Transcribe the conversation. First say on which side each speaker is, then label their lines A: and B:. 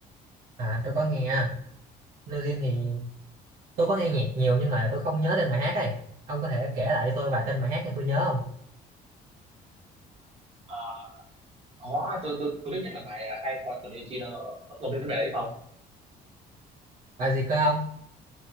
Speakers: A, on the right (about 60°); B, on the right (about 35°).
A: À tôi có nghe New Jeans thì tôi có nghe nhạc nhiều nhưng mà tôi không nhớ tên bài hát ấy. Ông có thể kể lại cho tôi vài tên bài hát để tôi nhớ không?
B: Ờ, có tôi tôi tôi thích nhất là bài à, High Point của Nechino ông biết bài đấy không
A: Bài gì cơ ông?